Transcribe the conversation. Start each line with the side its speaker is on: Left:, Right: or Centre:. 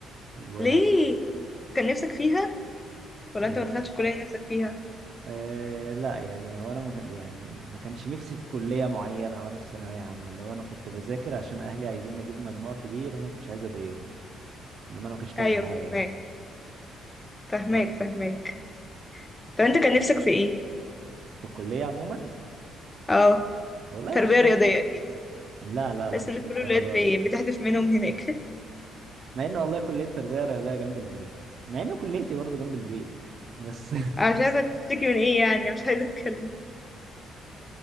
Right: و
Left: ليه كان نفسك فيها ولا
Right: آه
Left: انت ما دخلتش الكلية اللي نفسك فيها
Right: آه لا يعني هو انا ما كان- يعني ما كانش نفسي في كليه معينه وانا في ثانويه عامه اللي هو انا كنت بذاكر عشان اهلي عايزين اجيب مجموع كبير وانا ما كنتش عايز اضايقهم انما انا ما كانش فارق
Left: ايوه
Right: معايا
Left: فهماك
Right: يعني
Left: فهماك
Right: ف-
Left: فهماك طب انت كان نفسك في ايه
Right: في الكليه عموما
Left: اه
Right: والله
Left: تربية
Right: ما كانش فارق
Left: رياضية اكيد
Right: لا لا لا
Left: حاسس
Right: مش
Left: ان كل
Right: للدرجة
Left: الولاد بي-
Right: دي
Left: بتحدف منهم هناك
Right: مع ان والله كلية تربية رياضية جنب البيت مع ان كليتي برضو جنب البيت بس <laughs>
Left: انا مش عارفه تشتكي من ايه يعني أنا مش عايزه اتكلم